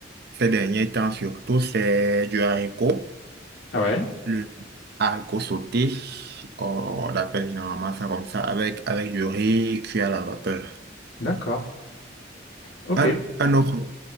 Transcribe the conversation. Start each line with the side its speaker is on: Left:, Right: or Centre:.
Right: ces derniers temps surtout, c'est du haricot.
Left: Ah ouais,
Right: Le haricot sauté, on on appelle généralement ça comme ça, avec, avec du riz cuit à la vapeur.
Left: d'accord, ok.
Right: Un, un autre,